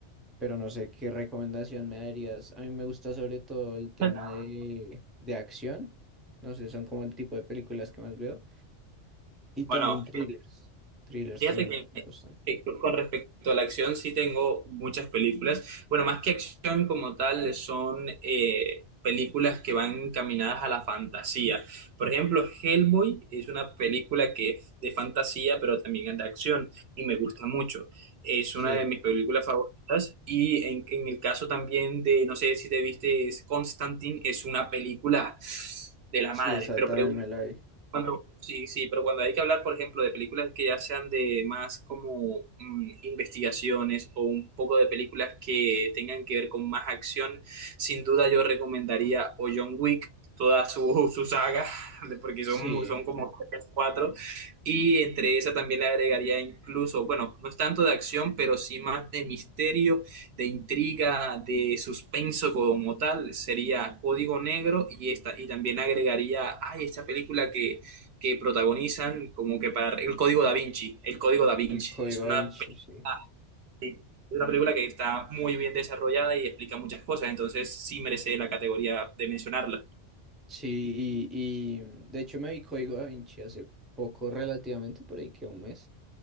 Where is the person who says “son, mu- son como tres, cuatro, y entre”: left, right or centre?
Right